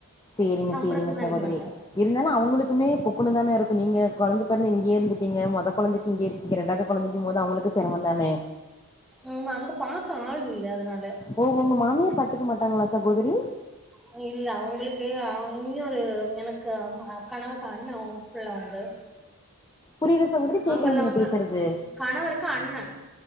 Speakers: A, on the left (about 20°); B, in the centre.
A: சேரிங்க
B: சம்பளத்துக்குதா
A: சேரிங்க சகோதரி
B: நிக்கறாங்க
A: இருந்தாலு அவுங்குளுக்குமே பொக் குனுந்தானே இருக்கு நீங்க கொழந்த பெறந்து இங்யே இருந்துட்டீங்க மொதக் கொழந்தைக்கி இங்யே இருக்கீங்க ரெண்டாவது கொழந்தைக்கம்மோது அவுங்களுக்கு சிரமந்தானே
B: ஆமா அங்க பாக்க ஆள் இல்ல அதனால
A: ஓ ஒங்க மாமியார் பத்துக்க மாட்டாங்களா சகோதரி
B: அ இல்ல அவுங்களுக்கு அவுங் இன்னொரு எனக்கு அம் அக் கணவருக்கு அண்ணே வு பிள்ள உண்டு
A: புரியல சகோதரி
B: அவுங்கள்லா
A: கேக்கல நீங்க
B: வந்த
A: பேசுறது
B: கணவருக்கு அண்ணே